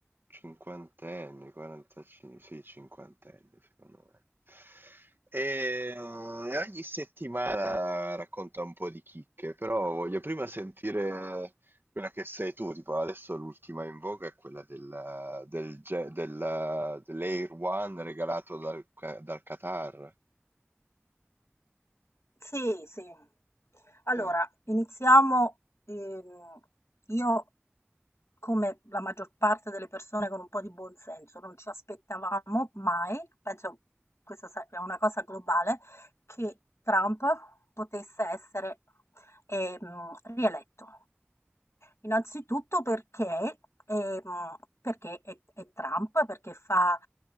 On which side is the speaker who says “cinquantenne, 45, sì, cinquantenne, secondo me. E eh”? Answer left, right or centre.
Right